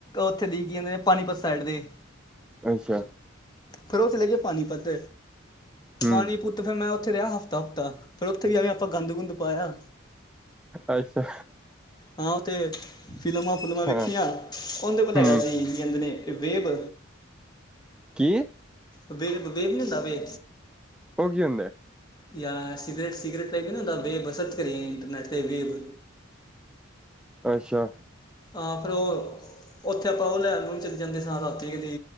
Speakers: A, on the left; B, in the centre.
A: ਉੱਥੇ ਦੀ ਕੀ ਕਹਿੰਦੇ ਨੇ ਪਾਣੀਪਤ ਸਾਈਡ ਦੇ,
B: ਅੱਛਾ,
A: ਫਿਰ ਉਹ ਚਲੇੈ ਗਏ ਪਾਣੀਪਤ
B: ਹਮ
A: ਪਾਣੀ ਪੁੱਤ ਤੇ ਫੇਰ ਮੈਂ ਉੱਥੇ ਰਿਹਾ ਹਫ਼ਤਾ-ਹਫਤਾ, ਫੇਰ ਉੱਥੇ ਵੀ ਜਾਕੇਆਪਾਂ ਗੰਦ ਗੁੰਦ ਪਾਇਆ।
B: ਅੱਛਾ
A: ਹਾਂ ਉੱਥੇ ਫਿਲਮਾਂ ਫੁਲਮਾਂ ਵੇਖੀਆਂ,
B: ਹਾਂ
A: ਉਹਦੇ ਕੋਲ ਹੈਗਾ
B: ਹਮ
A: ਸੀ ਕੀ ਕਹਿੰਦੇ ਨੇ ਵੇਬ।
B: ਕੀ
A: ਵੇਬ-ਵੇਬ ਨੀ ਹੁੰਦਾ ਵੇ।
B: ਓਹ ਕੀ ਹੁੰਦਾ ਅ?
A: ਯਾ ਸਿਗਰੇਟ-ਸਿਗਰੇਟ ਟਾਈਪ ਨਾ ਉਦਾ ਬੇਬ ਸਰਚ ਕਰੀ ਇੰਟਰਨੈਟ ਤੇ ਵੇਬ।
B: ਅੱਛਾ।
A: ਹਾ ਫਿਰ ਹੋਰ ਉੱਥੇ ਆਪਾਂ ਉਹ ਲੈਣ ਲੂ ਚਲੇ ਜਾਂਦੇ ਸਾਂ ਰਾਤੀ ਕਦੀ